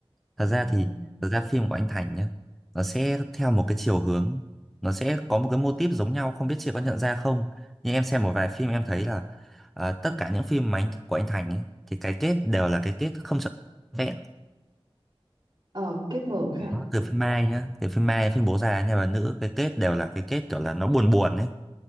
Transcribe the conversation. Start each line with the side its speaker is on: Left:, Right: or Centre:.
Centre: thật ra
Right: ừ.
Centre: thì thật ra phim của anh Thành nhá nó sẽ theo một cái chiều hướng nó sẽ có một cái mô típ giống nhau không biết chị có nhận ra không nhưng em xem một vài phim em thấy là à, tất cả những phim mà anh, của anh Thành ấy, thì cái kết đều là cái kết không trọn vẹn
Right: ờ kiếp mở hả
Centre: Nó từ phim Mai nhá từ phim Mai phim bố già nhà bà nữ cái kết đều là cái kết kiểu là nó buồn buồn ấy